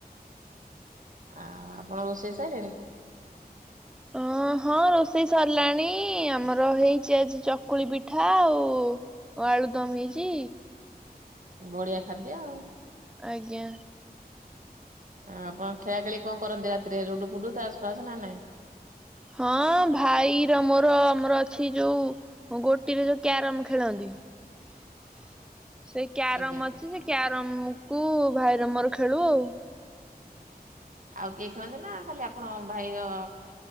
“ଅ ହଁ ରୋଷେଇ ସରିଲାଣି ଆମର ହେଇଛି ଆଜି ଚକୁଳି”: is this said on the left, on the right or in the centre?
Centre